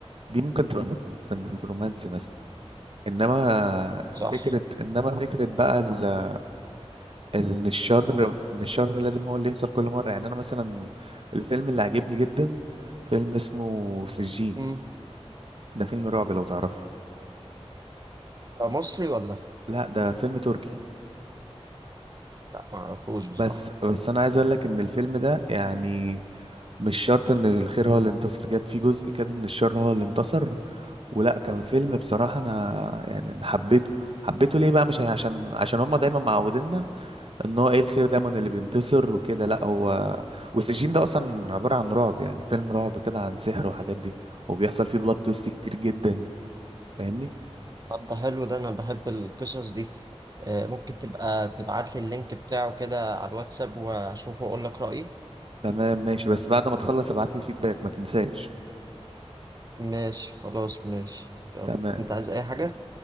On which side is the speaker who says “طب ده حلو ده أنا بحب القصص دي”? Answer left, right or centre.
Right